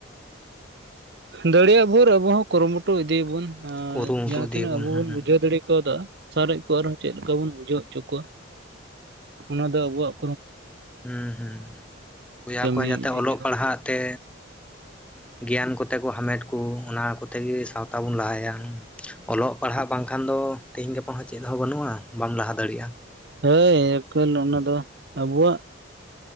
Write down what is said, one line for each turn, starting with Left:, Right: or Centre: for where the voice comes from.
Right: ᱫᱟᱲᱮ ᱭᱟᱜ ᱵᱷᱳᱨ ᱟᱵᱚ ᱦᱚᱸ ᱠᱩᱨᱩ ᱢᱩᱴᱩ ᱤᱫᱤ ᱭᱟᱵᱩᱱ
Centre: ᱠᱩᱨᱩᱢᱩᱴᱩ
Right: ᱡᱟᱦᱟᱸᱛᱤᱱᱟᱹᱜ
Centre: ᱤᱫᱤᱭᱟᱵᱚᱱ
Right: ᱟᱵᱩ
Centre: ᱦᱩᱸ
Right: ᱵᱩᱱ ᱵᱩᱡᱷᱟᱹᱣ ᱫᱟᱲᱮ ᱠᱟᱣ ᱫᱟ᱾ ᱥᱟᱨᱮᱡ ᱠᱚ ᱟᱨ ᱦᱚᱸ ᱪᱮᱫ ᱞᱮᱠᱟ ᱵᱩᱱ ᱵᱩᱡᱷᱟᱹᱣ ᱦᱚᱪᱚ ᱠᱚᱣᱟ ᱚᱱᱟ ᱫᱚ ᱟᱵᱚ ᱣᱟᱜ᱾
Centre: ᱦᱩᱸ ᱦᱩᱸ ᱵᱚᱭᱦᱟ
Right: ᱠᱟᱹᱢᱤ
Centre: ᱠᱚ ᱡᱟᱛᱮ
Right: ᱤᱫᱤ
Centre: ᱚᱞᱚᱜ
Right: ᱡᱟᱹᱨᱩᱲ
Centre: ᱯᱟᱲᱦᱟᱜ ᱛᱮ᱾ ᱜᱮᱭᱟᱱ ᱠᱚ ᱛᱮ ᱠᱚ ᱦᱟᱢᱮᱴ ᱠᱚ ᱚᱱᱟ ᱠᱚᱛᱮ ᱜᱮ ᱥᱟᱶᱛᱟ ᱵᱚᱱ ᱞᱟᱦᱟᱭᱟ᱾ ᱚᱞᱚᱜ ᱯᱟᱲᱦᱟᱜ ᱵᱟᱝᱠᱷᱟᱱ ᱫᱚ ᱛᱤᱦᱤᱧ ᱜᱟᱯᱟ ᱦᱚᱸ ᱪᱮᱫ ᱦᱚᱸ ᱵᱟᱹᱱᱩᱜᱼᱟ ᱵᱟᱢ ᱞᱟᱦᱟ ᱫᱟᱲᱤᱜᱼᱟ᱾
Right: ᱦᱮᱭ ᱟᱹᱠᱤᱞ ᱚᱱᱟ ᱫᱚ ᱟᱵᱚᱣᱟᱜ